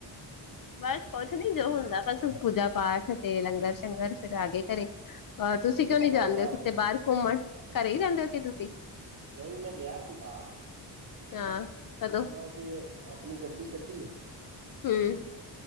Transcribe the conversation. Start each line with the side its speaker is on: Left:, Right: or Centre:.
Left: ਬਸ ਕੁੱਛ ਨੀ ਜੋ ਹੁੰਦਾ ਬਸ ਪੂਜਾ ਪਾਠ ਤੇ ਲੰਗਰ-ਸ਼ੰਗਰ ਫਿਰ ਆਗੇ ਘਰੇ। ਹੋਰ ਤੁਸੀਂ
Right: ਕਿਸ
Left: ਕਿਉਂ ਨੀ
Right: ਤਰ੍ਹਾਂ ਹੋਇਆ
Left: ਜਾਂਦੇ ਓ ਕਿਤੇ ਬਾਰ ਘੁੰਮਣ ਘਰੇ ਈ ਰੈਂਦੇ ਓ ਕੀ ਤੁਸੀਂ?
Right: ਨਈ ਮੈਂ ਗਿਆ ਸੀ ਬਾਰ।
Left: ਹਾਂ, ਕਦੋਂ
Right: ਮੈਂ ਕਿਯੇ ਆਪਣੀ ਗੱਡੀ ਕੱਢੀ
Left: ਹੂੰ।